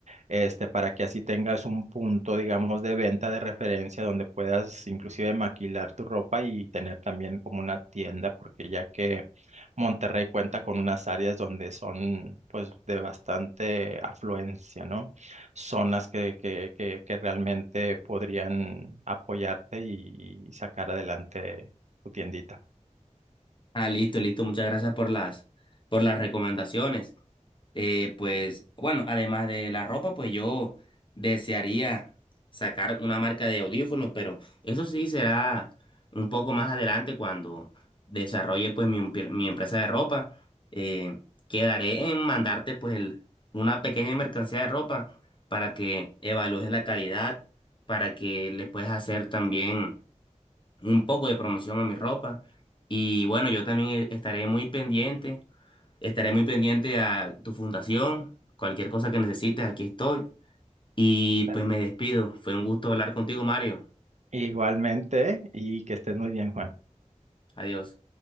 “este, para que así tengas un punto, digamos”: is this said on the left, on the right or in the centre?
Right